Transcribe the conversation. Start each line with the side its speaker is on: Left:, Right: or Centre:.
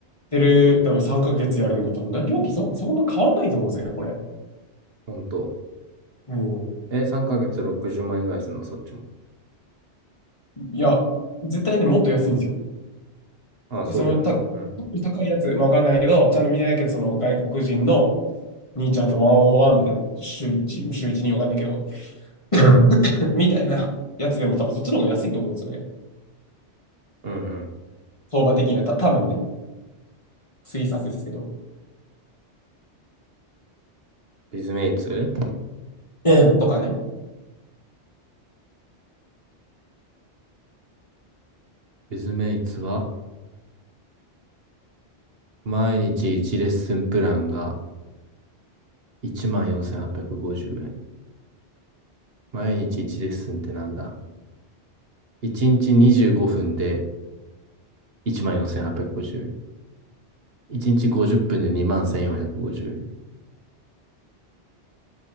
Left: てる、多分3ヶ月やるのと、多分料金そん、そんな変わんないと思うんですよね、これ。
Right: 本当。
Left: うん。
Right: え、3ヶ月60万円ぐらいするの、そっちも。
Left: いや、絶対ね、もっと安いんですよ。
Right: ああ、そうだよね。
Left: でその、た、
Right: うん。
Left: 高いやつ、まあ、わかんないけど、ちゃんと見てないけど、その外国人の兄ちゃんとワンオンワンみたいな、週一、週一にわかんないけど、<laughs> みたいなやつでも多分そっちの方が安いと思うんですよね。
Right: うんうん。
Left: 相場的には、た、多分ね、推察ですけど。
Right: ビズメイツ
Left: えとかね。
Right: ビズメイツは、毎日1レッスンプランが14,850円。毎日1レッスンってなんだ ?1 日25分で14,850円。1日50分で21,450円。